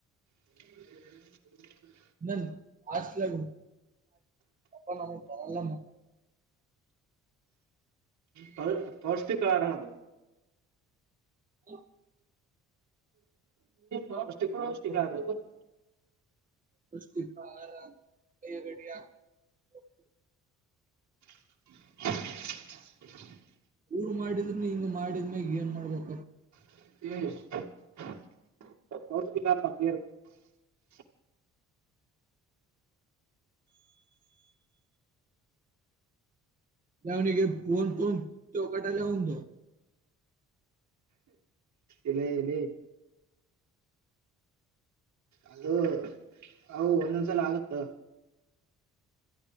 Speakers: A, on the right; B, on the right.
A: <inaudible>
B: ನ ಆಸ್ ಲ ಬರಲ್ಲ ಮತ <unintelligible>
A: ಪೌ ಪೌಷ್ಟಿಕ ಆಹಾರ ಅದ
B: ಹ <inaudible>
A: ಪೌಷ್ಟಿಕ ಪೌಷ್ಟಿಕ ಆಹಾರ ಅದು.
B: <unintelligible> <unintelligible>
A: <inaudible>
B: ಊರು ಮಾಡಿದ್ರು ಹಂಗ ಮಾಡಿದ್ಮ್ಯಾಗ ಏನ್ ಮಾಡ್ಬೇಕತ್
A: <unintelligible>
B: <unintelligible>
A: ಎಲೆ ಲೆ ಅದು ಅವು ಒಂದೊಂದ್ಸಲ ಆಗುತ್ತೆ